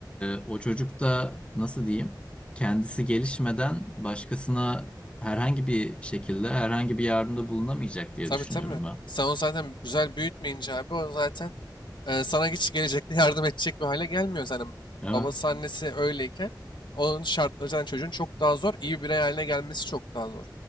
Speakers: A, on the left; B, on the left.
A: e, o çocuk da nasıl diyeyim? kendisi gelişmeden başkasına herhangi bir şekilde herhangi bir yardımda bulunamayacak diye
B: Tabii
A: düşünüyorum
B: tabii.
A: ben.
B: Sen onu zaten güzel büyütmeyince abi o zaten e, sana hiç gelecekte yardım edecek bir hale gelmiyor. Zaten
A: Evet.
B: babası annesi öyleyken onun şartları zaten çocuğun çok daha zor. iyi bir birey haline gelmesi çok daha zor.